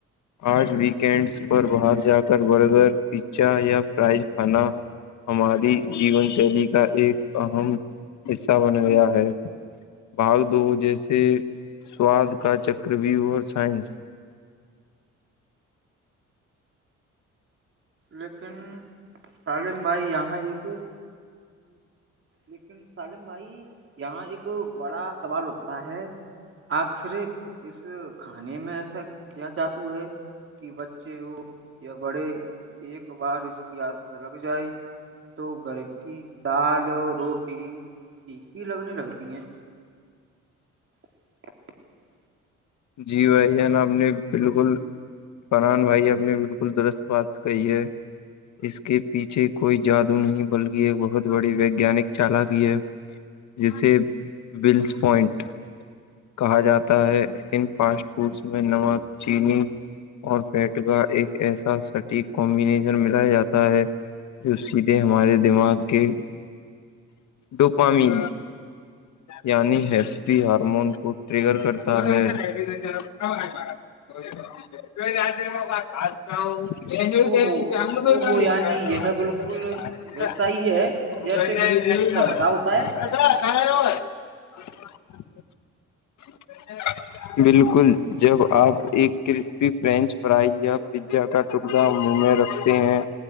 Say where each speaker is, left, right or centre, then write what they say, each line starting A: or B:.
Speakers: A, on the left; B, on the right.
A: آج ویکینڈس پر باہر جا کر برگر پا یا فرائی کھانا ہماری جیون شیلی کا ایک اہم حصہ بن گیا ہے بھاگ دو جیسے سواد کا چکروو اور سائنس
B: لیکن سالم بھائی یہاں ایک لیکن سالم بھائی یہاں ایک بڑا سوال اٹھتا ہے آخر اس کھانے میں ایسا کیا جاتو ہے کہ ب بچے ہو یا بڑے ایک بار اس کی عادت لگ جائے تو گھر کی دال روٹی چی لگنے لگتی ہیں <inaudible>
A: جی بھائی جان آپ نے بالکل فنان بھائی آپ نے بالکل درست بات کہی ہے اس کے پیچھے کوئی جادو نہیں بلکہ ایک بہت بڑی ویگانک چالک ہے جسے بلس پوائنٹ کہا جاتا ہے ان فاسٹ فوڈس میں نمک چینی اور فیٹ کا ایک ایسا سٹیک کمبینیشن ملایا جاتا ہے جو سیدھے ہمارے دماغ کے ڈوپامی یعنی ہیپپی ہارمون کو ٹریگر کرتا ہے <unintelligible>
B: او
A: <unintelligible>
B: ہو او ہو یعنی یہ بالکل ویسا ہی ہے جیسے کسی چیز کا
A: <inaudible>
B: نشہ ہوتا ہے
A: بالکل جب آپ ایک کرسپی فرینچ فرائی یا پیزا کا ٹکڑا منہ میں رکھتے ہیں